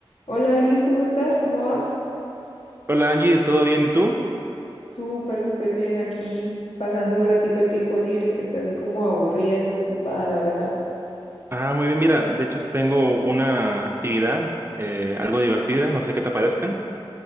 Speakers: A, on the left; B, on the right.
A: Hola Luis, ¿cómo estás? ¿Cómo vas?
B: Hola Angie, ¿todo bien? ¿Y tú?
A: Súper, súper bien aquí, pasando un ratico el tiempo libre, que estoy así como aburrida y desocupada, la verdad.
B: Ah, muy bien, mira, de hecho te tengo una actividad eh, algo divertida, no sé qué te parezca.